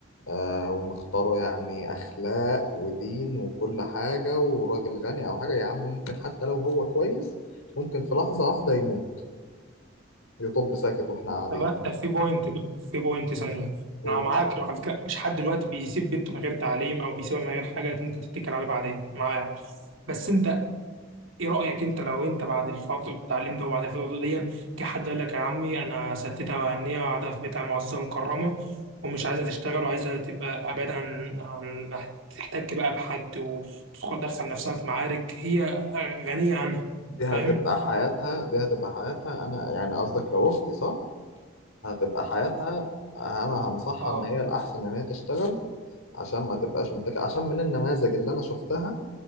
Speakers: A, on the left; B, on the right.
A: آه ومختاره يعني أخلاق ودين وكل حاجة وراجل غني أو حاجة يا عم ممكن حتى لو هو كويس ممكن في لحظة واحدة يموت يطب ساكت وإحنا قاعدين
B: طب ده في بوينت في بوينت ثانيه
A: قول.
B: انا معاك على فكره مفيش حد دلوقتي بيسيب بنته من غير تعليم او بيسيبها من غير حاجه انت تتكل عليه بعدين معاك بس انت ايه رأيك انت لو انت بعد الفترة التعليم ده وبعد الفترة دي كحد قال لك يا عمي انا ستتها وهنية وقاعدة في بيتها معززة مكرمة ومش عايزة تشتغل وعايزة تبقى أبعد عن عن تحتك بقى بحد وتدخل نفسها في معارك هي غنية عنها
A: دي
B: فاهم؟
A: هتبقى حياتها دي هتبقى حياتها أنا يعني قصدك لو أختي صح؟ هتبقى حياتها أنا هنصحها
B: اه
A: إن هي الأحسن إن هي تشتغل عشان ما تبقاش متكلة عشان من النماذج اللي أنا شفتها